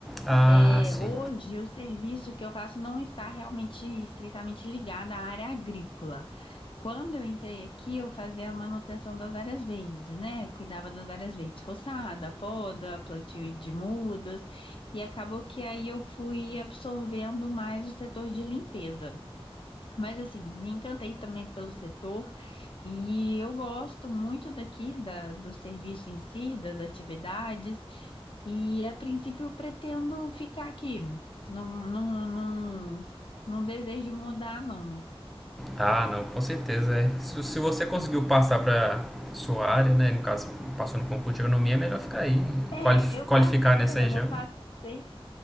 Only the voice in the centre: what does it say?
Ah,
sim.
Ah, não, com certeza. É. Se, se você conseguiu passar para sua área, né? No caso, passou no concurso de agronomia, é melhor ficar aí,
quali-
qualificar
nessa
região.